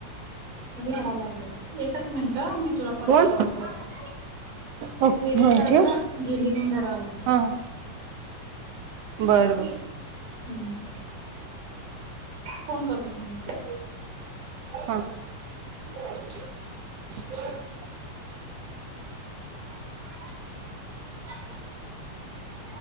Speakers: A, on the right; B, on the right.
A: <inaudible> रडा लागल्या एकच मिनट मी तुला परत
B: कोण
A: कॉल करतो
B: हो
A: वेदिका
B: ठेव
A: ग गेली म्हणून रडा लागल्या
B: हा बर बर
A: हम्म फोन करतो थांब मी तुला
B: हा
A: <unintelligible>